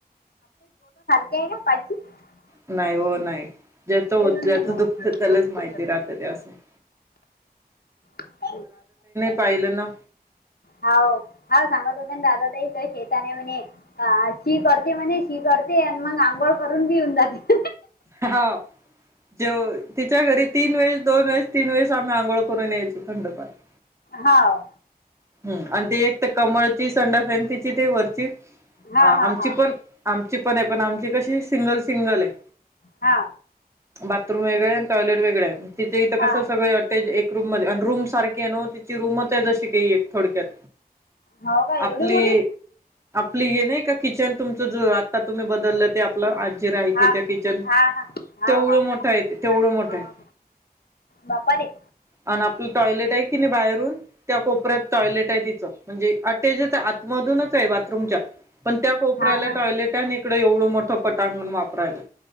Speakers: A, on the left; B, on the right.
A: ढ
B: नाही हो नाही ज्याच हो
A: ते
B: ज्याच दुखत त्यालाच माहिती राहते ते असाक ओ
A: <unintelligible>
B: पाहिलं ना
A: हो हा सांगत होता ना दादा ते शैताण आहे म्हणे, ह शी करते म्हणे शी करते आणि मग आंघोळ करून घेऊन जाते.
B: हा जेव तिच्या घरी तीन वेळेस दोन वेळेस तीन वेळेस आम्ही आंघोळ करून यायचो. थंडपाणी
A: हाव
B: हम आणि ते एक तर कमळची संडास आहे आणि तिची ते वरतीच
A: हा
B: अ
A: हा
B: आमची
A: हा
B: पण आमची पण आहे पण आमची कशी सिंगल सिंगल आहे.
A: हा
B: बाथरूम वेगळे आणि टॉयलेट वेगळं, तिथे इथं
A: हा
B: कसं सगळ ऍटच एक रूम मध्ये आणि रूम सारखे आहे ना. ची रुमच आहे जशी काही एक थोडक्यात
A: हो का एवढी
B: आपली
A: मोठी
B: आपली हे नाही का किचन तुमचं जे आता तुम्ही बदललं ते आपलं आजी राहायची
A: हा
B: ते किचन
A: हा हा हा हाव
B: तेवढं
A: हाव
B: मोठं आहे ते तेवढं मोठं आहे.
A: बापा रे
B: आणि आपलं टॉयलेट आहे की नाही बाहेरून त्या कोपऱ्यात टॉयलेट आहे तिचं, म्हणजे अटेजच आत मधूनच आहे बाथरूमच्या पण त्या कोपऱ्याला
A: हां
B: टॉयलेट आणि इकडें एवढं मोठं पटांगण वापरायला